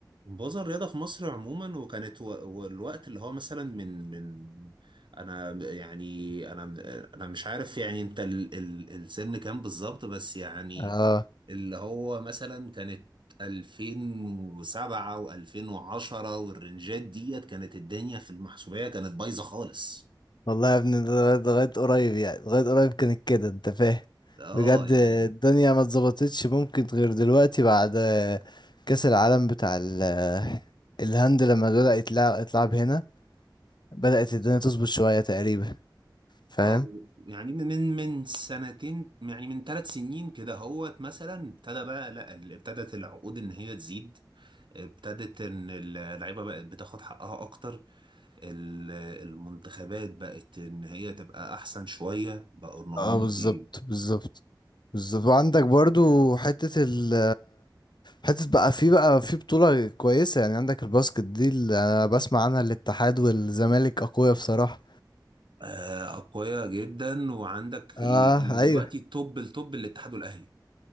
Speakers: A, on the right (about 80°); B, on the left (about 65°).
A: بوظ الرياضة في مصر عموما وكانت و- والوقت اللي هو مثلا من من أنا يعني أنا أنا مش عارف يعني أنت ال ال السن كام بالظبط بس يعني
B: اه
A: اللي هو مثلا كانت 2007 و2010 والرنجات ديت كانت الدنيا في المحسوبية كانت بايظة خالص
B: والله يا ابني لغاية لغاية قريب يعني لغاية قريب كانت كده أنت فاهم
A: اه
B: بجد
A: يعني
B: الدنيا ما اتظبطتش ممكن غير دلوقتي بعد آه، كأس العالم بتاع ال- آه، الهند لما بدأ يتلعب يتلعب هنا بدأت
A: بالظبط
B: الدنيا تظبط
A: اه
B: شوية تقريبا فاهم
A: اه يعني من من سنتين يعني من ثلاث سنين كده هوت مثلا ابتدى بقى لا ال- ابتدت العقود ان هي تزيد ابتدت ان اللعيبه بقت بتاخد حقها اكتر ال- المنتخبات بقت ان هي تبقى احسن شويه بقوا ان هم
B: اه بالظبط
A: بي-
B: بالظبط بالظبط وعندك برضو حتة ال حتة بقى في بقى في بطولة كويسة يعني عندك الباسكت دي اللي أنا بسمع عنها الاتحاد والزمالك أقوياء بصراحة
A: آه، اقوياء جدا وعندك
B: اه
A: ال- اللي دلوقتي
B: أيوه
A: التوب التوب الاتحاد والاهلي